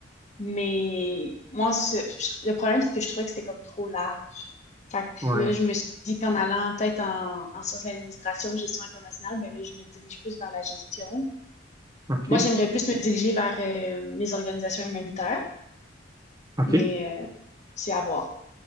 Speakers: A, on the left; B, on the right.
A: Mais moi, ce- le problème, c'est que je trouvais que c'était comme trop large. Fait que puis
B: Ouais,
A: là, je me suis dit qu'en allant peut-être en, en sciences de l'administration, gestion internationale, ben là, je me dirige plus vers la gestion.
B: OK.
A: Moi, j'aimerais plus me diriger vers euh, les organisations humanitaires,
B: OK.
A: mais
B: Et
A: euh, c'est à voir.